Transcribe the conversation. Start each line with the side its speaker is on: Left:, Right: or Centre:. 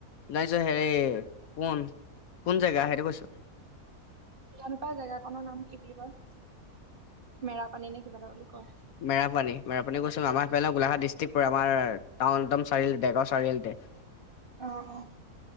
Left: জানিছ হেৰি, কোন কোন জেগা, সেইটো কৈছো?
Right: জানোপাই জেগাখনৰ নাম কি বুলি কয়, মেৰাপানী নে কিবা এটা বুলি কয়।
Left: মেৰাপানী, মেৰাপানী গৈছোঁ আমাৰফালে গলাঘাট ডিষ্ট্ৰিক্ পৰে, আমাৰ টাউনদম চা বেকৰ চাৰিআলটতে। <inaudible>
Right: অ', অ'।